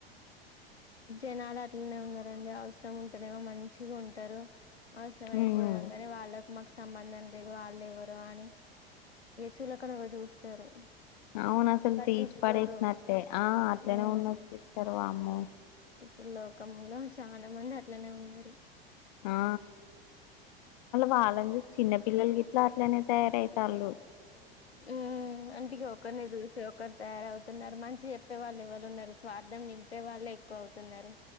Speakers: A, on the left; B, on the left.
A: జనాలు అట్లానే ఉన్నారండి అవసరం ఉంటేనేమో మంచిగా ఉంటారు అవసరం అయిపోయంగానే
B: మ్మ్
A: వాళ్ళకు మాకు స్ సంబంధం లేదు వాళ్ళు ఎవరు అని చులకనగా చూస్తారు
B: అవును అసలు
A: పట్టించుకోరు
B: తీసి పడేసినట్టే ఆ అట్లనే
A: ఉమ్
B: ఉన్నరూ సిస్టర్ వామ్మో
A: ఇప్పుడు లోకంలో చాలా మంది అట్లనే ఉన్నారు
B: ఆ వాళ్ళనీ చూసి చిన్న పిల్లలు గిట్ల అట్లనే తయారయితారు
A: ఉ అంటిగా ఒకరిని చూసి ఒకరు తయారవుతున్నారు మంచిగా చెప్ తప్పే వాళ్ళు ఎవలు ఉన్నారు స్వార్థం నింపే వాళ్ళే ఎక్కువ అవుతున్నారు